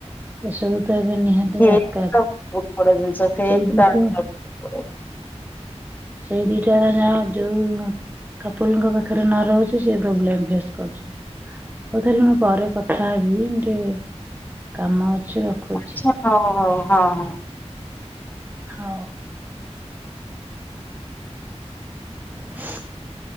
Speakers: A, on the right; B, on the left.
A: ଏସବୁ ତ ଏବେ ନିହାତି
B: ଫେକ୍
A: ଦରକାର
B: ତ ବହୁତ ବଡ ଜିନିଷ ଫେକ୍
A: ସେଇ
B: ଟା ଆଗ
A: ତ
B: ରଖିବାକୁ ପଡିବ।
A: ସେଇ ଦିଇଟା ନା ଯୋଉ କପୁଲଙ୍କ ପାଖରେ ନ ରହୁଚି ସିଏ ପ୍ରୋବ୍ଲେମ ଫେସ୍ କରୁଚି। ହଉ ତାହେଲେ ମୁଁ ପରେ କଥା ହେବି ମୁଁ ଟିକେ କାମ ଅଛି ରଖୁଚି।
B: ଆଚ୍ଛା ହଉ ହଉ ହଁ ହଁ।
A: ହଉ। <inaudible>